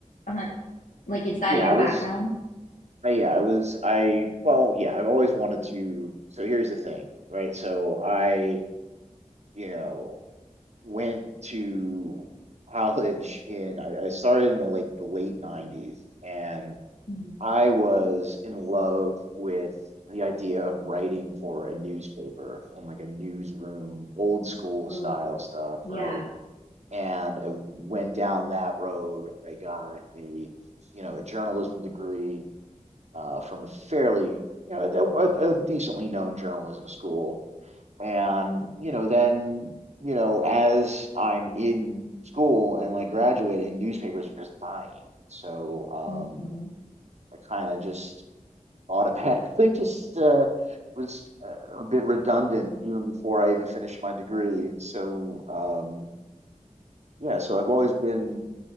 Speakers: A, on the left; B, on the right.
A: I'm not like is that
B: Yeah,
A: your
B: I was,
A: background?
B: uh, yeah, I was, I, well, yeah, I've always wanted to. So here's the thing, right? So I, you know, went to college in, I, I started in the like the late 90s, and
A: hmm
B: I was in love with the idea of writing for a newspaper in like a newsroom, old school
A: Ooh,
B: style stuff,
A: yeah.
B: right? And I went down that road. I got a, you know, a journalism degree uh, from a fairly, you know, a, a a decently known journalism school. And, you know, then, you know, as I'm in school and like graduating, newspapers were just dying. So, um,
A: hmm
B: I kind of just automatically <laughs> just uh, was uh, a bit redundant even before I even finished my degree. So um, yeah, so I've always been